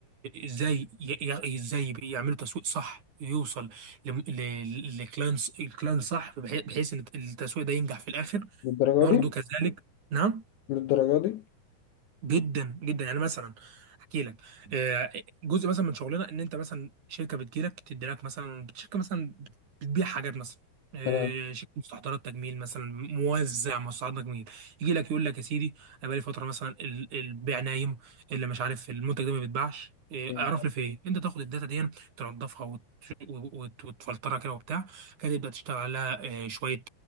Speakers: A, on the right (about 50°); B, on the left (about 70°).
A: ازاي ي- ي- ازاي يعملوا تسويق صح يوصل للكلاينتس الكلاينت صح بحي- بحيث ان التسويق ده ينجح في الاخر
B: للدرجه
A: برضه
B: دي
A: كذلك نعم
B: للدرجه دي
A: جدا جدا يعني مثلا احكي لك آه، جزء مثلا من شغلنا ان انت مثلا شركه بتجيلك تدي لك مثلا شركه مثلا بت- بتبيع حاجات مثلا آه،
B: تمام
A: شركه مستحضرات تجميل مثلا موزع مستحضرات تجميل يجي لك يقول لك يا سيدي انا بقالي فتره مثلا ال- البيع نايم اللي مش عارف المنتج ده ما بيتباعش آه،
B: مم.
A: اعرف لي في ايه انت تاخد الداتا دي تنضفها وت- وت- وتفلترها كده وبتاع كده تبدا تشتغل عليها آه، شويه